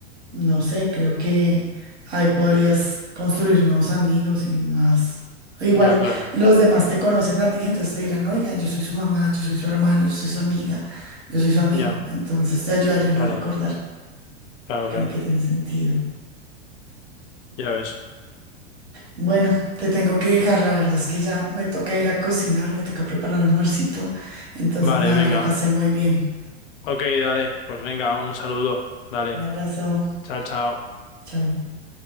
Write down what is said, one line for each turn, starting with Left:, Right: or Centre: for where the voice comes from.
Right: no sé, creo que ahí podrías construir nuevos amigos y más. Igual
Left: Ya, claro.
Right: los demás te conocen a ti, entonces te dirán, oiga, yo soy su mamá, yo soy su hermano, yo soy su amiga, yo soy su amigo.
Left: Ya,
Right: Entonces te ayudarían
Left: claro.
Right: a recordar.
Left: Claro,
Right: Creo
Left: claro.
Right: que tiene sentido.
Left: Ya ves.
Right: Bueno, te tengo que dejar, la verdad es que ya me toca ir a cocinar, me toca preparar almuercito. Entonces,
Left: Vale,
Right: nada,
Left: venga.
Right: me la pasé muy bien.
Left: Ok, dale. Pues venga, un saludo. Dale.
Right: Un abrazo,
Left: Chao, chao.
Right: chao.